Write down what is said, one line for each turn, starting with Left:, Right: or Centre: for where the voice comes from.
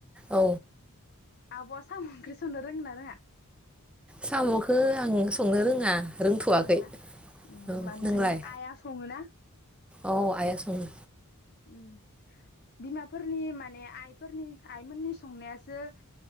Centre: औ
Left: आब'आ साम' ओंख्रि संनो रोङोना रोङा?
Centre: साम'खौ आं संनो रोङा रोंथ'वाखै
Left: रोङाना ओम
Centre: औ
Left: होमबा नोंसानि
Centre: नोंलाय
Left: आइआ सङो ना?
Centre: औ आइआ सङो
Left: ओम बिमाफोरनि माने आइफोरनि आइमोननि संनायासो